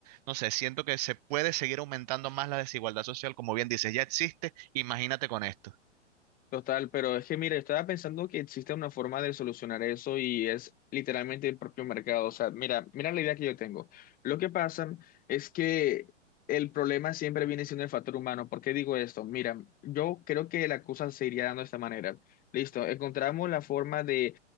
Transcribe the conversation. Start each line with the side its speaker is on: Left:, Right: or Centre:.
Right: No sé, siento que se puede seguir aumentando más la desigualdad social, como bien dices, ya existe, imagínate con esto.
Left: Total, pero es que mira, estaba pensando que existe una forma de solucionar eso y es literalmente el propio mercado. O sea, mira, mira la idea que yo tengo. Lo que pasa es que el problema siempre viene siendo el factor humano. ¿Por qué digo esto? Mira, yo creo que la cosa se iría dando de esta manera. Listo, encontramos la forma de